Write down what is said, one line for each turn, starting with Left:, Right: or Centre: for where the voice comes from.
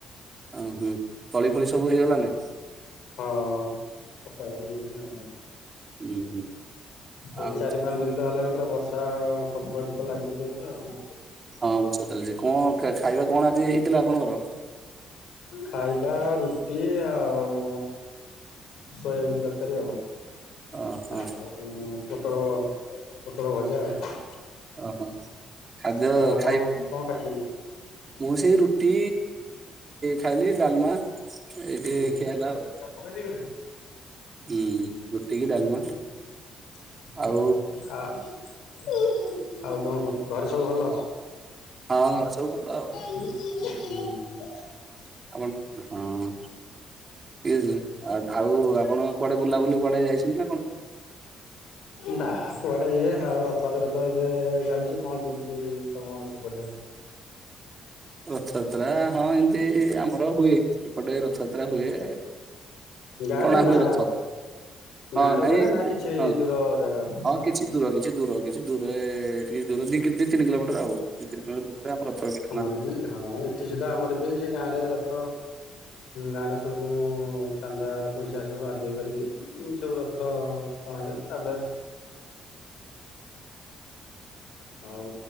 Right: ଓ ହୁଁ ତଳି ଫଳି ସବୁ ହେଇଗଲାନି।
Left: ହଁ ପକା ପାକି ହେଲାଣି ଆଉ।
Right: ହୁଁ ହୁଁ
Left: ଏଇ
Right: ଆଉ
Left: ଚାରି ପାଞ୍ଚ ଦିନ ତ ହେଲାଣି ପୁରା ବର୍ଷା ତ ସବୁଆଡେ ତ ଲାଗିକି ରହିଛି ଆଉ।
Right: ହଁ ବର୍ଷା ଚାଲିଛି କଣ ଖାଇବା କଣ ଆଜି ହେଇଥିଲା ଆପଣଙ୍କର।
Left: ଖାଇବା ରୁଟି ଆଉ ସୋୟବିନ ତରକାରି ଆଉ।
Right: ଓହୋ
Left: ଆଉ ପୋଟଳ ପୋଟଳ ଭଜା ଆଉ।
Right: ଓହୋ ଖାଦ୍ୟ
Left: ଆଉ ଆପଣ
Right: ଖାଇ
Left: କଣ ଖାଇଛନ୍ତି?
Right: ମୁଁ ସେଇ ରୁଟି ଖାଇଲି ଡାଲମା। ଏଇ ଟିକେ
Left: ହୁଁ
Right: ଖିଆ
Left: ହୁଁ
Right: ହେଲା
Left: ତାକୁ
Right: ଆଉ
Left: ପକେଇଦେବି ନା।
Right: ହୁଁ। ରୁଟି କି ଡାଲମା
Left: ହୁଁ ହୁଁ
Right: ଆଉ
Left: ଉହୁଁ ଆ ଆଉ କଣ ଘରେ ସବୁ ଭଲ।
Right: ହଁ ଘରେ ସବୁ ଭଲ ଆଉ।
Left: <unintelligible>
Right: ଆପଣ ହଁ ଏ ଆଉ ଆପଣ। କୁଆଡେ ବୁଲାବୁଲି କୁଆଡେ ଯାଇଛନ୍ତି ନା କଣ।
Left: ନା କୁଆଡେ ଇଏ ଆଉ ରଥଯାତ୍ରା ତ ଏବେ ଚାଲିଛି କଣ କେମିତି ତମ ସେପଟେ।
Right: ରଥଯାତ୍ରା ହଁ ଏମିତି ଆମର ହୁଏ ଏପଟେ ରଥଯାତ୍ରା ହୁଏ।
Left: ଗାଁ
Right: ଟଣା
Left: ରେ ନା
Right: ହୁଏ ରଥ ହଁ
Left: ଗାଁରେ
Right: ନାଇଁ
Left: ହୁଏ ନା ନା କିଛି
Right: ହଁ
Left: ଦୂର ଜାଗା
Right: ହଁ
Left: ପାଖ।
Right: କିଛି ଦୂର କିଛି ଦୂର କିଛି ଦୂରେ କିଛି ଦୂର ଦି ତିନି କିଲୋମିଟର ଆଉ। ଦି ତିନି କିଲୋମିଟର ଦୂରରେ ଆମ ରଥ ଅଛି ଟଣା ହେବ।
Left: ଉବି ହଁ ଏଠି ସୁଧା ଆମର ବି ଗାଁରେ ରଥ ଗାଁରେ ସବୁ ଚାନ୍ଦା ପଇସା ସବୁ ଆଦାୟ କରିକି ଦୁଇ ସବୁ ରଥ ଟଣାଯାଏ ତାପରେ ଆଉ